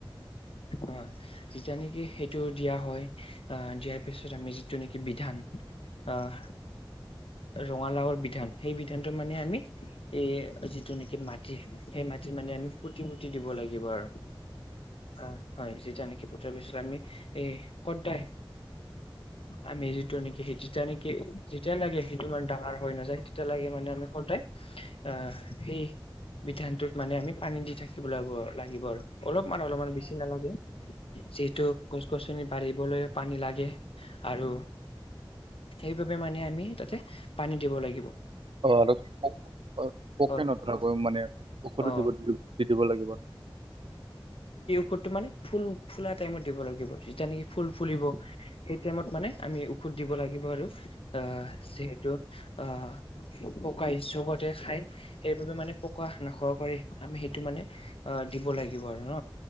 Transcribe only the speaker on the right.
অ আৰু অ পোকে
নথৰাকৰাকৈ মানে ঔষধো
দিব দি দি দিব লাগিব